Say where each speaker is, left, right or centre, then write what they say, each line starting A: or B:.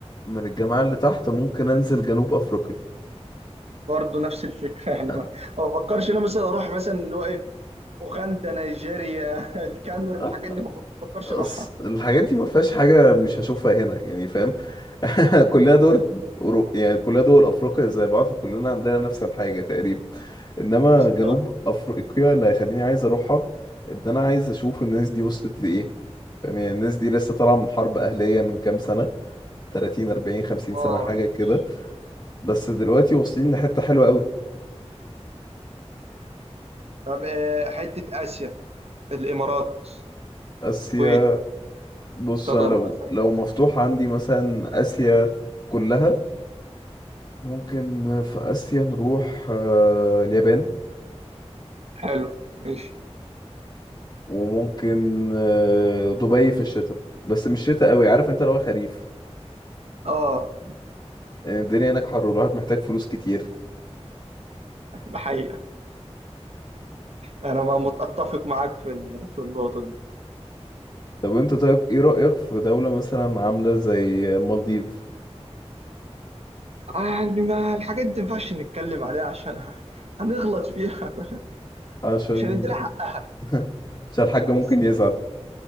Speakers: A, on the left; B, on the right.
A: من الجماعة اللي تحت ممكن أنزل جنوب أفريقيا
B: برضه نفس الفكره <laughs> يعني
A: أه
B: ما ما بفكرش إن انا مثلا اروح مثلا اللي هو ايه اوغندا نيجيريا <laughs> الكاميرون
A: أه،
B: الحاجات دي ما بفكرش
A: أص...
B: اروحها
A: الحاجات دي ما فيهاش حاجة مش هشوفها هنا يعني فاهم <laughs> كلنا دول أورو... يعني كلنا دول أفريقيا زي بعض فكلنا عندنا نفس الحاجة تقريبا إنما
B: بالظبط
A: جنوب أفريقيا اللي هيخليني عايز أروحها إن أنا عايز أشوف الناس دي وصلت لإيه فاهم يعني الناس دي لسه طالعة من حرب أهلية من كام سنة 30 40 50
B: اه
A: سنة حاجة
B: ماشي
A: كده بس دلوقتي واصلين لحتة حلوة قوي
B: طب آه، حته اسيا الامارات
A: آسيا
B: الكويت
A: بص
B: قطر
A: انا لو
B: مثلا
A: لو مفتوح عندي مثلا اسيا كلها ممكن في اسيا نروح آه، اليابان
B: حلو ماشي
A: وممكن آه، دبي في الشتاء بس مش شتاء قوي عارف انت لو خريف
B: اه
A: يعني الدنيا هناك حر والواحد محتاج فلوس كتير
B: الحقيقه انا ما متفق معاك في ال- في النقطه دي
A: طب انت طيب ايه رأيك في دولة مثلا عاملة زي مالديف
B: يعني ما الحاجات دي ما ينفعش نتكلم عليها عشان <laughs> هنغلط فيها <laughs>
A: عشان
B: مش هندي لها حق
A: <laughs> عشان الحاج ممكن
B: بس
A: يزعل